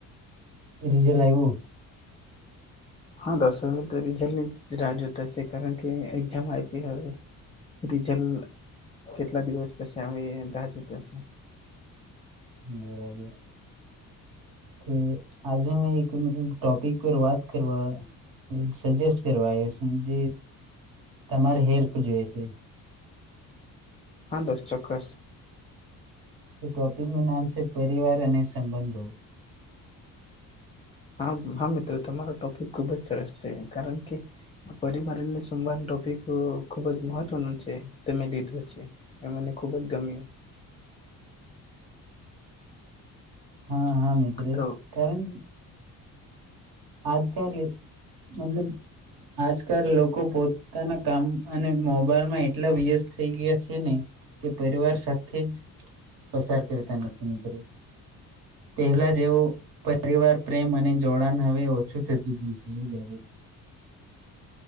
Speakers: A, on the right; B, on the left.
A: રીજેલ આયવું.
B: હા દોશો તો રીઝલની રાહ જોતા હશે કારણ કે એક્ઝામ આપી હવે રીઝલ કેટલા દિવસ પછી આવે રાહ જોતા હશે.
A: બરાબર તો આજે હું એક મતલબ ટોપિક પર વાત કરવા સજેસ્ટ કરવા આવ્યો છું જે તમારી હેલ્પ જોઈ છે
B: હા દોસ્ત ચોક્કસ
A: ટોપિકનું નામ છે પરિવાર અને સંબંધો
B: હા-હા મિત્રો તમારો ટોપિક ખુબ જ સરસ છે કારણ કે પરિવાર સવાદ ટોપિક ખુબ જ મહત્વનું છે તમે લીધું છે એ મને ખુબ જ ગમ્યું.
A: હા-હા મિત્ર
B: તો
A: કારણ. <inaudible> આજકાલ મતલબ આજકાલ લોકો પોતાના કામ અને મોબાઈલમાં એટલા વ્યત થઈ ગયા છે ને કે પરિવાર સાથે જ પસાર કરતા નથી મિત્રો પહેલા જેવો પરિવાર પ્રેમ અને જોડાણ હવે અ ઓછું થતું જાય છે એવું લાગે છે.